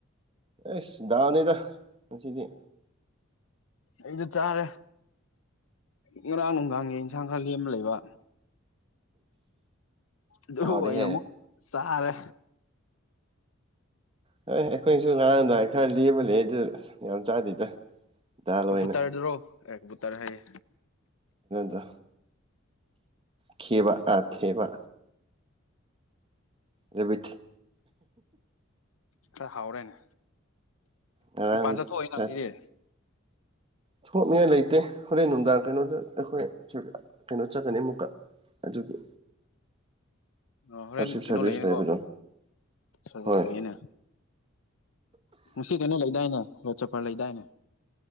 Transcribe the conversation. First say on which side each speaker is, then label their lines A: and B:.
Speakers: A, on the right; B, on the left.
A: ꯑꯦꯁ ꯅꯤꯗ ꯃꯁꯤꯗꯤ
B: ꯑꯩꯁꯨ ꯆꯥꯔꯦ ꯉꯔꯥꯡ ꯅꯨꯡꯗꯥꯡꯒꯤ ꯏꯟꯁꯥꯡ ꯈꯔ ꯂꯦꯝꯃ ꯂꯩꯕ ꯑꯗꯨ
A: ꯍꯗꯍꯦ
B: ꯑꯣꯏꯅ ꯑꯃꯨꯛ ꯆꯥꯔꯦ
A: ꯍꯣꯏ ꯑꯩꯈꯣꯏꯁꯨ ꯉꯥꯔꯝꯗꯥꯏ ꯈꯔ ꯂꯦꯝꯕ ꯂꯩ ꯑꯗꯨ ꯌꯥꯝ ꯆꯥꯗꯦꯗ ꯗꯥꯜ
B: ꯀꯝꯄꯨ
A: ꯑꯣꯏꯅ
B: ꯇꯔꯗꯨ꯭ꯔꯣ ꯑꯦ ꯀꯝꯄꯨ ꯇꯔꯦ ꯍꯥꯏꯌꯦ
A: ꯗ ꯈꯦꯕ ꯑꯥ ꯊꯦꯕ ꯑꯦꯃꯤꯠ
B: ꯑ ꯍꯥꯎꯔꯦꯅ
A: ꯉꯔꯥꯡ
B: ꯄꯥꯟ ꯆꯠ ꯊꯣꯛꯑꯣꯏꯅꯁꯤꯗꯤ
A: ꯈꯔ ꯊꯣꯛꯅꯤꯡꯉꯥꯏ ꯂꯩꯇꯦ ꯍꯣꯔꯦꯟ ꯅꯨꯡꯗꯥꯡ ꯀꯩꯅꯣꯗ ꯑꯩꯈꯣꯏ ꯀꯩꯅꯣ ꯆꯠꯀꯅꯤ ꯑꯃꯨꯛꯀ ꯑꯗꯨꯒꯤ
B: ꯑꯣ ꯍꯣꯔꯦꯟ
A: ꯋꯥꯔꯁꯤꯞ ꯁꯥꯔꯚꯤꯁ
B: ꯀꯩꯅꯣ ꯂꯩꯌꯦꯅꯦꯀꯣ
A: ꯂꯩꯕꯗꯣ
B: ꯁꯥꯔꯚꯤꯁ
A: ꯍꯣꯏ
B: ꯂꯩꯌꯦꯅꯦ ꯉꯅꯨꯡꯁꯤꯇꯅ ꯂ ꯂꯩꯗꯥꯏꯅꯦ ꯔꯣꯖ ꯆꯄꯔ ꯂ ꯂꯩꯗꯥꯏꯅꯦ